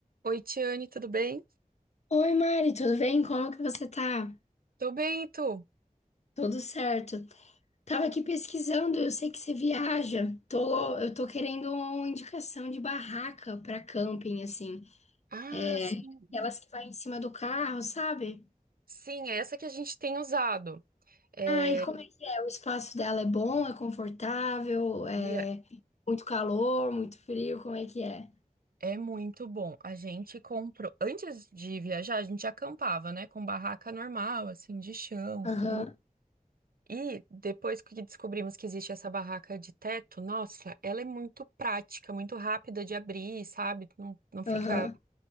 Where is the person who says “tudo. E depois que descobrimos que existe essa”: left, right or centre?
Right